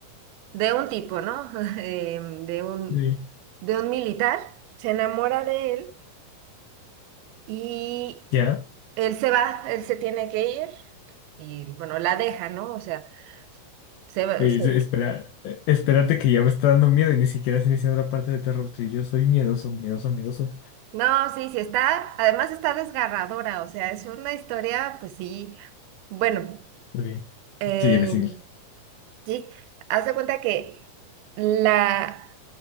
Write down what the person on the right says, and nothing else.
de un tipo, ¿no? <laughs> Em, De un,
de un militar. Se enamora de él y
él se va, él se tiene que ir y, bueno, la deja, ¿no? O sea, se va,
se-
No, sí, sí está, además está desgarradora, o sea, es una historia, pues sí, bueno,
eh,
sí, haz de cuenta que la...